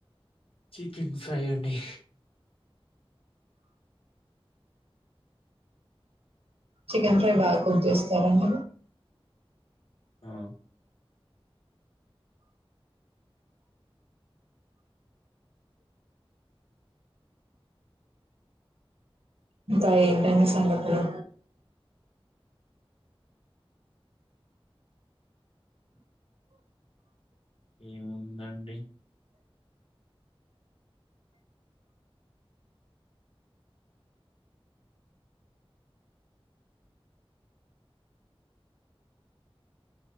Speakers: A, on the left; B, on the right.
A: చికెన్ ఫ్రై అండి
B: చికెన్ ఫ్రై బాగా కుక్ చేస్తారా మీరు
A: ఆ
B: ఇంకా ఏంటనే సంగతులు
A: ఏముందండి